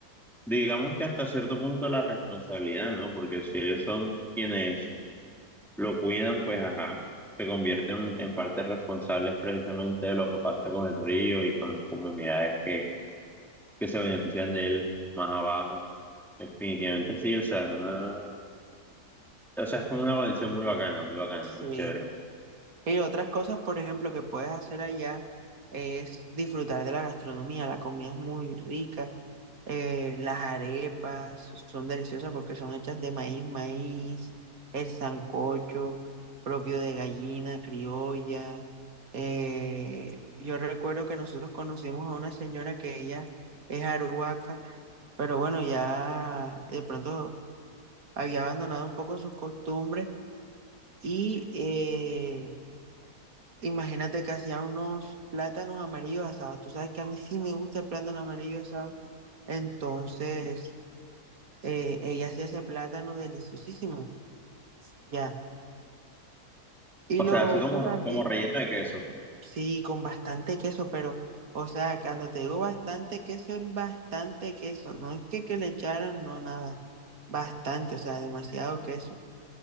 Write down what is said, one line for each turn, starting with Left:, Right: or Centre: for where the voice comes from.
Centre: digamos que hasta cierto punto la responsabilidad, ¿no? Porque si ellos son quienes lo cuidan, pues ajá, se convierten en parte responsables precisamente de lo que pasa con el río y con las comunidades que, que se benefician de él más abajo. Definitivamente sí, o sea, una O sea, es como una conexión muy bacana, muy bacana,
Right: Sí.
Centre: muy chévere.
Right: Y otras cosas, por ejemplo, que puedes hacer allá es disfrutar de la gastronomía. La comida es muy rica. eh, las arepas son deliciosas porque son hechas de maíz, maíz, el sancocho propio de gallina criolla. eh, yo recuerdo que nosotros conocimos a una señora que ella es arhuaca, pero bueno, ya de pronto había abandonado un poco sus costumbres y... eh, Imagínate que hacía unos plátanos amarillos asados. Tú sabes que a mí sí me gusta el plátano amarillo asado. Entonces, eh, ella hacía ese plátano deliciosísimo. Ya. Y
Centre: O
Right: lo
Centre: sea,
Right: otro
Centre: así como,
Right: también,
Centre: como relleno de queso.
Right: sí, con bastante queso, pero, o sea, cuando te digo bastante queso, es bastante queso. No es que, que le echaran, no, nada. Bastante, o sea, demasiado queso.